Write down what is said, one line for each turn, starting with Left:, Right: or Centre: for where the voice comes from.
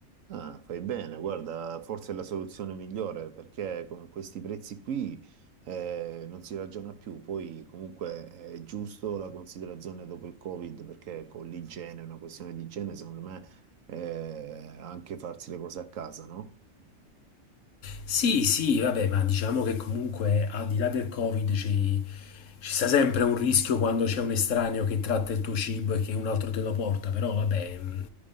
Right: Ah, fai bene, guarda, forse è la soluzione migliore perché con questi prezzi qui eh, non si ragiona più. Poi comunque è giusto la considerazione dopo il Covid perché con l'igiene, è una questione di igiene, secondo me eh, anche farsi le cose a casa, no?
Left: Sì, sì, vabbè, ma diciamo che comunque al di là del Covid ci, ci sta sempre un rischio quando c'è un estraneo che tratta il tuo cibo e che un altro te lo porta, però vabbè, mh,